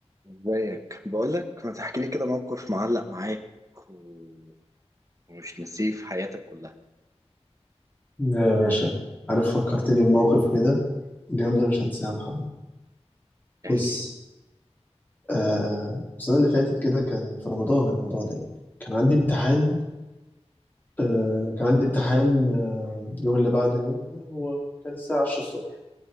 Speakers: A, on the right (about 30°); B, on the left (about 15°).
A: ازيك بقولك ما تحكي لي كده موقف معلق معاك و... ومش نسيه في حياتك كلها
B: يا باشا عارف فكرتني بموقف كده اليوم ده مش هنساه يا محمد
A: احكي
B: بص آه السنة اللي فاتت كده كان في رمضان الموضوع ده يعني. كان عندي امتحان آه كان عندي امتحان آه اليوم اللي بعده يعني هو كان الساعة 10 الصبح